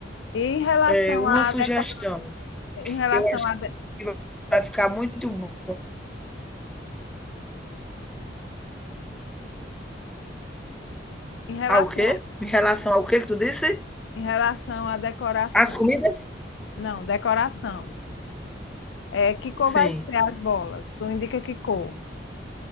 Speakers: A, on the left; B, in the centre.
A: E em relação
B: eh, uma
A: à
B: sugestão
A: decora... em
B: que
A: relação
B: eu acho
A: a...
B: que vai ficar muito bom
A: em relação
B: ao quê? Em relação ao quê que tu disse?
A: em relação à decoração.
B: as comidas?
A: Não, decoração. É, que cor
B: Sim,
A: vai ser as bolas? Tu indica que cor?